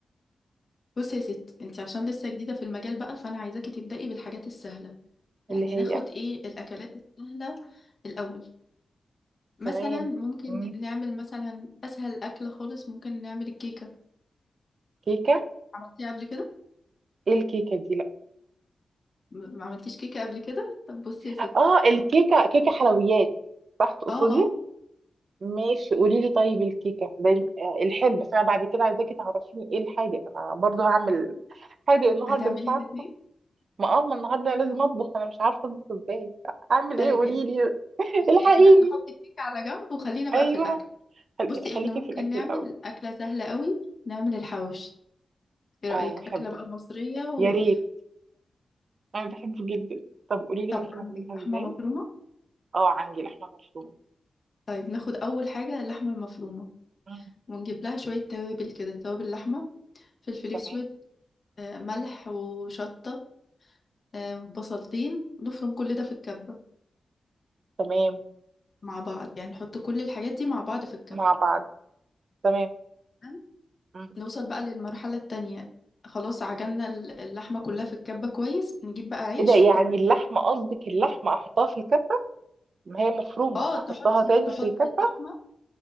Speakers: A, on the left (about 40°); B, on the right (about 55°).
A: بصي يا ستي انت عشان لسه جديدة في المجال بقى فانا عايزاكي تبدأي بالحاجات السهلة يعني
B: اللي هي
A: ناخد ايه الاكلات السهلة الاول مثلا
B: تمام
A: ممكن
B: مم.
A: نعمل مثلا اسهل اكل خالص ممكن نعمل الكيكة
B: كيكه
A: عملتيها قبل كده
B: ايه الكيكه دي لا
A: م- ما عملتيش كيكة قبل كده طب بصي يا ستي
B: اه الكيكه كيكه حلويات صح تقصدي
A: اه اه
B: ماشي قولي لي طيب الكيكه ده آه، الحلو بس انا بعد كده عايزاكي تعرفيني ايه الحادق انا برضه هعمل حادق النهارده
A: هتعملي
B: مش عارفه
A: الاتنين
B: ما اه ما النهارده لازم اطبخ انا مش عارفه اطبخ ازاي اعمل
A: طيب
B: ايه قولي
A: يعني
B: لي <laughs>
A: بصي
B: الحقيني
A: احنا نحط الكيكة على جنب وخلينا بقى
B: ايوه
A: في الاكل
B: خل...
A: بصي احنا
B: خليكي
A: ممكن
B: في الاكل
A: نعمل
B: الاول
A: اكلة سهلة قوي نعمل الحواوشي ايه رأيك
B: اه بحبه
A: أكلة بقى مصرية و
B: يا ريت انا بحبه جدا طب قولي لي
A: طب
B: ممكن اعملها
A: عندك لحمة
B: ازاي
A: مفرومة
B: اه عندي لحمه مفرومه
A: طيب ناخد أول حاجة اللحمة المفرومة
B: مم.
A: ونجيب لها شوية توابل كده توابل لحمة فلفل
B: تمام
A: أسود آه، ملح وشطة آه، بصلتين نفرم كل ده في الكبة
B: تمام
A: مع بعض يعني نحط كل الحاجات دي مع بعض في الكبة
B: مع بعض تمام
A: تمام؟
B: مم.
A: نوصل بقى للمرحلة التانية خلاص عجننا ال- اللحمة كلها في الكبة كويس نجيب بقى عيش
B: ايه ده يعني
A: ون...
B: اللحمه قصدك اللحمه احطها في الكبه ما هي مفرومه
A: اه تحطي
B: احطها تاني
A: تحطي
B: في الكبه
A: اللحمة